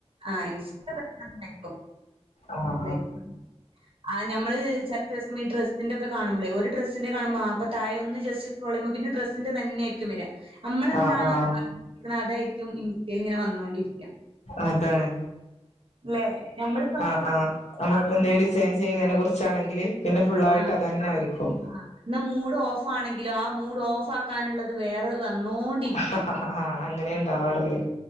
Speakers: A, on the right; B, on the left.
A: ആഹ് ഇൻസ്റ്റ പെട്ടന്ന്
B: ആഹ്
A: <unintelligible> ആഹ് ഞമ്മള് ചെല ദിവസം ഈ ഡ്രസ്സ്‌ അതിന്റെക്ക കാണുമ്പളേ ഒരു ഡ്രസ്സിൻന്റെ ന്റെ ഒക്കെ കാണുമ്പളേ അപ്പൊ തായെ ഒന്ന് ജസ്റ്റ്‌ സ്ക്രോൾ ചെയ്യുമ്പോ പിന്നെ ഡ്രസ്സിന്റെ തന്നെരിക്കും വരാ നമ്മളെന്താണോ
B: ആഹ് ആഹ് ആഹ്
A: ആഗ്രഹിക്കുന്നത് അതായിരിക്കും ഇൻസ്റ്റയിൽ ഇങ്ങനെ വന്നോണ്ടിരിക്ക
B: അതാണ്
A: ല്ലെ ഞമ്മൾ
B: ആഹ് ആഹ് നമ്മളിപ്പൊ എന്തേലും ഡിസൈൻ ചെയ്യുന്നതിനെ കുറിച്ചാണെങ്കില് പിന്നെ ഫുള്ളായിട്ട്
A: ആഹ്
B: അതെന്നെ ആയിരിക്കും
A: ആഹ് ഇന്നാ മൂഡ് ഓഫ് ആണെങ്കിലോ ആ മൂഡ് ഓഫ് ആക്കാനുള്ളത് വേറെ വന്നോണ്ടിരിക്കും
B: ഹ് ഹ ഹ ആഹ് അങ്ങനെ ഇണ്ടാവാറ്ള്ളേ